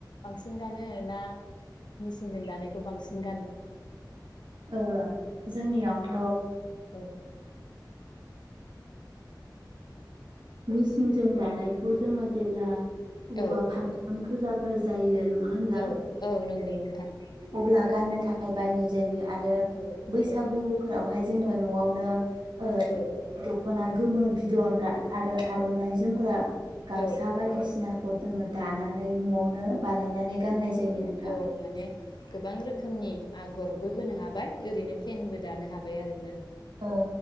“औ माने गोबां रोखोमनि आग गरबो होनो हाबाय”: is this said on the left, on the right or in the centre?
Left